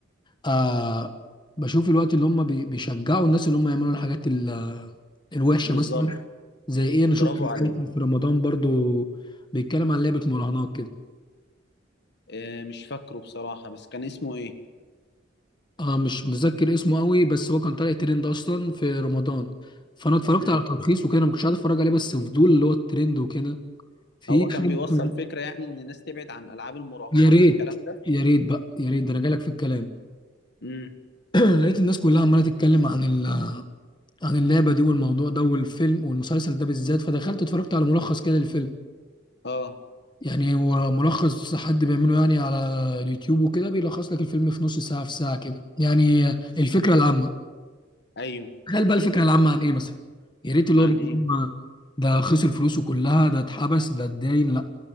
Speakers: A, on the left (about 25°); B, on the left (about 60°).
A: آه بشوف الوقت اللي هم بي- بيشجعوا الناس اللي هم يعملوا الحاجات ال- الوحشه
B: بالظبط
A: مثلا زي ايه انا
B: برافو
A: شفت
B: عليه
A: فيلم في رمضان برضو بيتكلم عن لعبه مراهنات كده
B: اه مش فاكره بصراحة بس كان اسمه ايه
A: آه مش متذكر اسمه قوي بس هو كان طالع ترند اصلا في رمضان فانا اتفرجت
B: مم.
A: على تلخيص وكده أنا ما كنتش قاعد اتفرج عليه بس فضول اللي هو الترند وكده في
B: هو كان
A: شاب-
B: بيوصل فكرة يعني ان الناس تبعد عن العاب المراهنات
A: يا ريت
B: والكلام ده
A: يا ريت بقى يا ريت ده انا جالك في الكلام
B: امم
A: <clears throat> لقيت الناس كلها عماله تتكلم عن ال... عن اللعبه دي والموضوع ده والفيلم والمسلسل ده بالذات فدخلت اتفرجت على ملخص كده للفيلم
B: اه
A: يعني هو ملخص حد بيعمله يعني على اليوتيوب وكده بيلخص لك الفيلم في نص ساعة في ساعة كده يعني الفكرة العامة
B: ايوه
A: تخيل بقى الفكرة العامة عن ايه مثلا يا ريت اللي
B: عن
A: هو بيقول
B: ايه
A: لهم ده خسر فلوسه كلها ده اتحبس ده اتداين لا